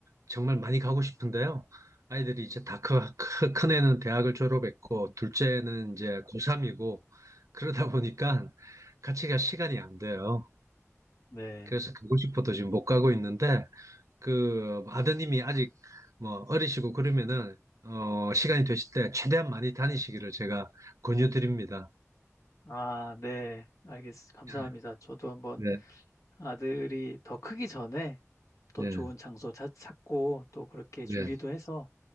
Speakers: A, on the right; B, on the left.
A: 정말 많이 가고 싶은데요. 아이들이 이제 다 크, 크, 큰 애는 대학을 졸업했고, 둘째는 이제 고3이고, 그러다 보니까 같이 갈 시간이 안 돼요.
B: 네.
A: 그래서 가고 싶어도 지금 못 가고 있는데, 그 아드님이 아직 뭐 어리시고 그러면은, 어, 시간이 되실 때 최대한 많이 다니시기를 제가 권유드립니다.
B: 아, 네. 알겠, 감사합니다.
A: <laughs>
B: 저도 한번
A: 네,
B: 아들이 더 크기 전에 또
A: 네,
B: 좋은 장소 찾, 찾고 또 그렇게
A: 네.
B: 준비도 해서